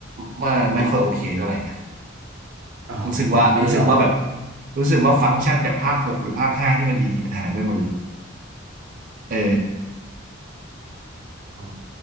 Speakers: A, on the right; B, on the right.
A: ไม่ไม่ค่อยโอเคเท่าไหร่นะ
B: อ๋อผมยังไม่ได้ลองเลย
A: รู้สึกว่ารู้สึกว่าแบบรู้สึกว่าฟังก์ชันจากภาคหกหรือภาคห้าที่มันดีๆมันหายไปหมดเลยเออ
B: อ๋อ